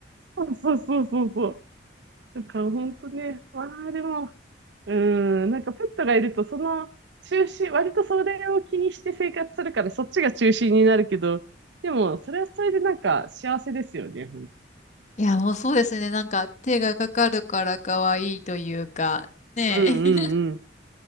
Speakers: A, on the right; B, on the left.
A: そうそうそうそうそう。なんか本当ね、まあでも、うーん、なんかペットがいると、その中心、割とそれを気にして生活するから、そっちが中心になるけど、でも、それはそれでなんか幸せですよね。
B: いや、もうそうですね。なんか手がかかるから可愛いというか、ねえ。
A: うんうんうん。